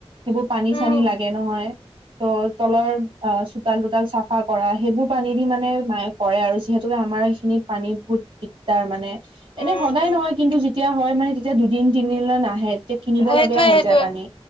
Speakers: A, on the right; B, on the left.
A: সেইবোৰ পানী
B: উম,
A: চানী লাগে নহয়। ত' তলৰ অ চোতাল তোতাল চাফা কৰা সেইবোৰ পানী দি মানে মায়ে কৰে আৰু যিহেতুকে আমাৰ এইখিনিত পানী বহুত দিগদাৰ মানে
B: উম,
A: এনেই সদায়
B: উম,
A: নহয় কিন্তু যেতিয়া হয় মানে তেতিয়া দুদিন তিনিদিন নাহে তেতিয়া কিনিব
B: সেইটোৱে
A: লগীয়া হৈ
B: সেইটোৱে।
A: যায় পানী